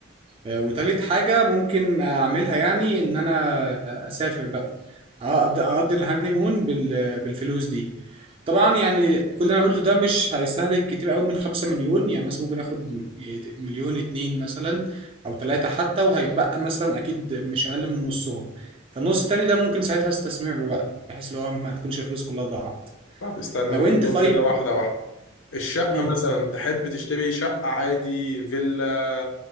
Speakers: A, on the right; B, on the left.
A: آه، وتالت حاجة ممكن أعملها يعني إن أنا أسافر بقى أقضي أقضي الهانيمون بال- بالفلوس دي طبعا يعني كل اللي أنا قلته ده مش هيستهلك كتير أوي من خمسة مليون يعني مثلا ممكن ياخد مليون اتنين مثلا أو تلاتة حتى وهيتبقى مثلا أكيد مش أقل من نصهم فالنص التاني ده ممكن ساعتها استثمره بقى بحيث اللي هو ما تكونش الفلوس كلها ضاعت
B: طب استنى
A: لو
B: ناخدهم
A: أنت طيب
B: كده واحده واحده الشقه
A: مم.
B: مثلا تحب تشتري شقه عادي فيلا